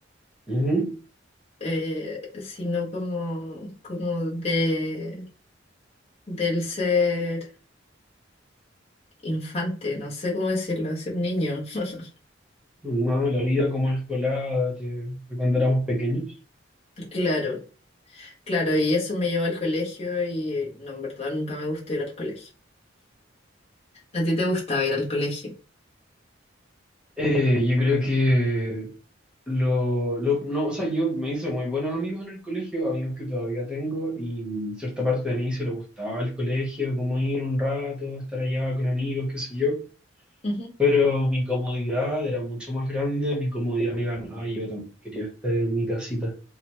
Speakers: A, in the centre; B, on the left.
A: Ujú.
B: eh, sino como, como de, del ser infante, no sé cómo decirlo, ser niño. <laughs>
A: No, la vida como escolar de de cuando éramos pequeños.
B: Claro, claro, y eso me llevó al colegio y no, en verdad nunca me gustó ir al colegio. ¿A ti te gustaba ir al colegio?
A: Eh, yo creo que Lo, lo- no, o sea, yo me hice muy buenos amigos en el colegio, amigos que todavía tengo, y cierta parte de mí se le gustaba el colegio, como ir un rato, estar allá con amigos, qué sé yo.
B: Ujú.
A: Pero mi comodidad era mucho más grande, mi comodidad me ganaba, y yo también quería estar en mi casita.